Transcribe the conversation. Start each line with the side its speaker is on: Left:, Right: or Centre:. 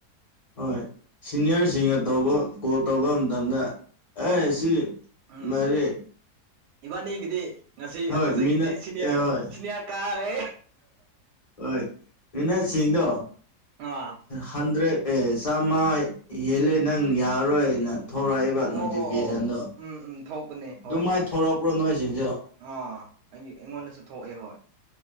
Left: ꯍꯣꯏ ꯁꯤꯅꯤꯌꯔꯁꯤꯡꯅ ꯇꯧꯕ ꯀꯣꯜ ꯇꯧꯕ ꯃꯇꯝꯗ ꯑꯦ ꯁꯤ
Right: ꯎꯝ
Left: ꯃꯥꯔꯤ
Right: ꯏꯕꯥꯅꯤꯒꯤꯗꯤ ꯉꯁꯤ
Left: ꯍꯣꯏ
Right: ꯍꯧꯖꯤꯛꯀꯤꯗꯤ
Left: ꯃꯤꯅꯠ
Right: ꯁꯤꯅꯤꯌꯔ
Left: ꯑꯦ ꯍꯣꯏ
Right: ꯁꯤꯅꯤꯌꯔ ꯀꯥꯔꯦ
Left: ꯍꯣꯏ ꯅꯣꯢꯅ ꯆꯤꯡꯗꯣ
Right: ꯉꯥ
Left: ꯍꯟꯗ꯭ꯔꯦꯗ ꯑꯦ ꯆꯥꯝꯃ ꯍꯦꯜꯂꯦ ꯅꯪ ꯌꯥꯔꯔꯣꯏꯅ ꯊꯣꯔꯛꯏꯕ ꯅꯣꯇꯤꯐꯤꯀꯦꯁꯟꯗꯣ
Right: ꯑꯣ ꯑꯣ ꯑꯣ ꯎꯝ ꯎꯝ ꯊꯣꯛꯄꯅꯦ ꯍꯣꯏ
Left: ꯑꯗꯨꯃꯥꯏꯅ ꯊꯔꯛꯄ꯭ꯔꯣ ꯅꯣꯏꯁꯤꯡꯁꯨ
Right: ꯑꯥ ꯑꯩꯒꯤ ꯑꯩꯉꯣꯟꯗꯁꯨ ꯊꯣꯛꯑꯦ ꯍꯣꯏ